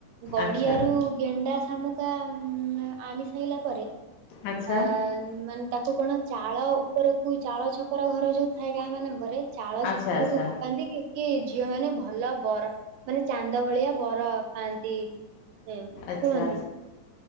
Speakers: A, on the right; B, on the left.
A: ଗଡିଆରୁ
B: ଆଚ୍ଛା
A: ଗେଣ୍ଡା ଶାମୁକା ଉଁ- ଆଣି ସାରିଲା ପରେ
B: ଆଚ୍ଛା
A: ଆ- ମାନେ ତାକୁ କଣ ଚାଳ ଉପରକୁ ଚାଳ ଛ ର ଘର ଯଉ ଥାଏ ଗାଁ ମାନଙ୍କରେ ଚାଳ
B: ଆଚ୍ଛା
A: ସେପଟକୁ ପକାନ୍ତି କି ଝିଅ ମାନେ ଭଲ ବର ମାନେ ଚାନ୍ଦ ଭଳିଆ ବର ପାଆନ୍ତି ଏ- କୁହନ୍ତି।
B: ଆଚ୍ଛା ଆଚ୍ଛା